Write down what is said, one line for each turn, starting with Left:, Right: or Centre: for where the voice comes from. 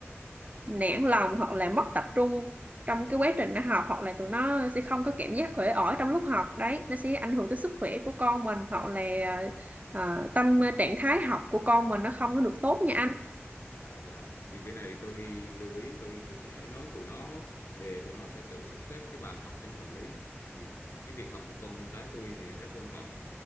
Right: nản lòng hoặc là mất tập trung trong cái quá trình nó học hoặc là tụi nó sẽ không có cảm giác uể oải trong lúc học đấy nó sẽ ảnh hưởng tới sức khỏe của con mình hoặc là ờ, tâm trạng thái học của con mình nó không có được tốt nha anh
Left: Dạ dạ thì cái này tôi lưu ý tôi tôi sẽ nói tụi nó về tụi nó sẽ tự sắp xếp cái bàn học cho nó hợp lý vì cái việc học của con cái tôi thì rất quan trọng